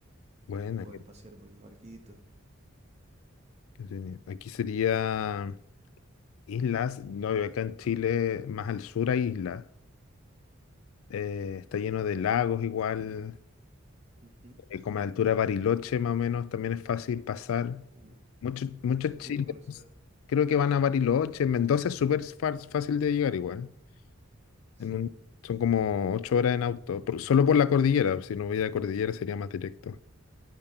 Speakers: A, on the left (about 75°); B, on the right (about 30°).
A: Bueno,
B: y podés
A: qué-
B: pasear por en barquito.
A: qué genial. aquí sería islas, no, y acá en Chile, más al sur hay islas. Eh, está lleno de lagos igual,
B: Ujú.
A: eh, como a la altura de Bariloche más o menos, también es fácil pasar.
B: Uh,
A: Muchos, muchos
B: yo
A: chilenos
B: quiero conocer.
A: creo que van a Bariloche, Mendoza es súper fa- fácil de llegar igual.
B: Sí,
A: En un- son como ocho horas en auto, por- solo por la cordillera. Si no hubiera cordillera sería más directo.